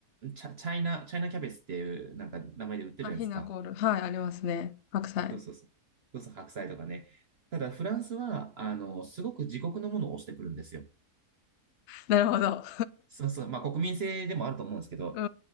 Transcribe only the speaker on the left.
あ、ひなコール。はい、ありますね。白菜。
なるほど。
うー